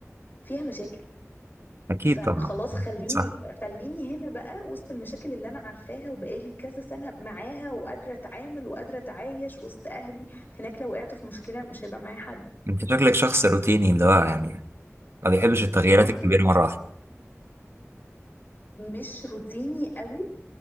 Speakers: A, on the left (about 45°); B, on the right (about 55°).
A: فيها مشاكل
B: اكيد
A: فخلاص
B: طبعا
A: خليني
B: صح
A: خليني هنا بقى وسط المشاكل اللي انا عارفاها وبقالي كذا سنة معاها وقادرة اتعامل وقادرة اتعايش وسط اهلي هناك لو وقعت في مشكلة مش هيبقى معايا حد
B: انت شكلك شخص روتيني اللي هو يعني ما بيحبش التغييرات
A: بص
B: الكبيره مره واحده
A: مش روتيني قوي